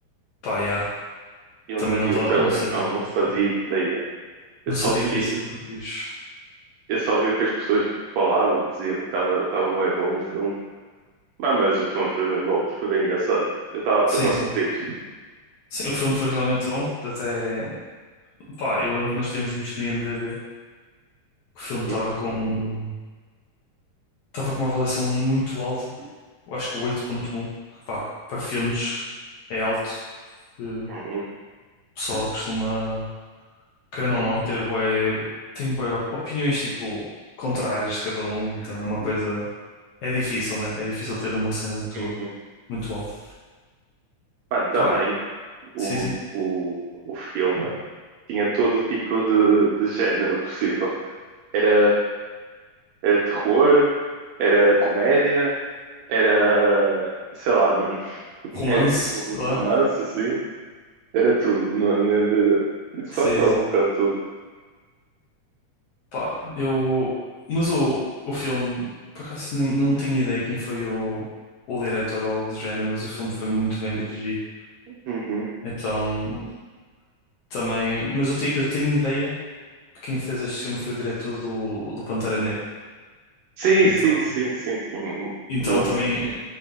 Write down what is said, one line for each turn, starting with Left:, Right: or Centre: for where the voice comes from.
Left: pá, yeah,
Right: Eu
Left: também
Right: não vi
Left: não, tá-
Right: o trailer,
Left: não sabia
Right: então
Left: que
Right: não fazia
Left: ia ser,
Right: ideia. Eu
Left: não
Right: só
Left: sabia
Right: vi,
Left: que ia ser vampiros.
Right: eu só vi o que as pessoas tipo, falavam, diziam que estava estava bem bom o filme. Mas, mas o filme foi bem bom, foi bem engraçado. Eu estava a dizer
Left: Sim,
Right: para os
Left: sim.
Right: vampiros.
Left: Sim, o filme foi realmente bom. Até, pá, eu lembro que nós tínhamos visto no IMDb que o filme estava
Right: Hum,
Left: com, estava com uma avaliação muito alta. Eu acho que o 8.1, que pá, para filmes é alto, que o
Right: hum,
Left: pessoal costuma querendo ou não, ter bué, tem bué op- opiniões tipo contrárias de cada um, então é uma coisa. É difícil, né? É difícil ter uma cena muito,
Right: hum.
Left: muito alta.
Right: Mano, também
Left: Pá,
Right: o,
Left: sim, sim.
Right: o, o filme tinha todo o tipo de, de género possível. Era, era terror, era comédia, era, sei lá, mano, <laughs>
Left: Romance,
Right: era tipo
Left: sei
Right: um romance
Left: lá.
Right: assim. Era tudo no MDD. De fato,
Left: Sim,
Right: era
Left: sim.
Right: um bocado tudo.
Left: Pá, eu. Mas o, o filme, por acaso nem- não tenho ideia quem foi o, o diretor ou algo do género, mas o filme foi muito bem dirigido.
Right: Uhum.
Left: Então, também. Mas eu tenho, eu tenho ideia que quem fez este filme foi o diretor do, do Pantera Negra.
Right: Sim,
Left: Então,
Right: sim, sim, sim, sim. Um,
Left: então
Right: um,
Left: também.